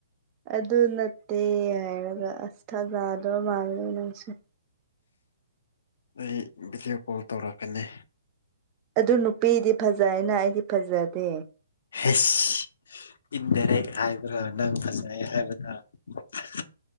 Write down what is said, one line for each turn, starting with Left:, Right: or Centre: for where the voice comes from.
Right: ꯑꯗꯨ ꯅꯠꯇꯦ ꯍꯥꯏꯔꯒ ꯑꯁ ꯊꯥꯖꯗꯕ ꯃꯥꯜꯂꯦ ꯅꯪꯁꯨ
Left: ꯑꯩ ꯚꯤꯗꯤꯑꯣ ꯀꯣꯜ ꯇꯧꯔꯛꯀꯅꯤ
Right: ꯑꯗꯨ ꯅꯨꯄꯤꯗꯤ ꯐꯖꯩꯅ ꯑꯩꯗꯤ ꯐꯖꯗꯦ
Left: ꯍꯦꯁ ꯏꯟꯗꯥꯏꯔꯦꯛ ꯍꯥꯏ ꯔ ꯅꯪ ꯐꯖꯩ ꯍꯥꯏꯕ ꯅꯠꯇ꯭ꯔꯥ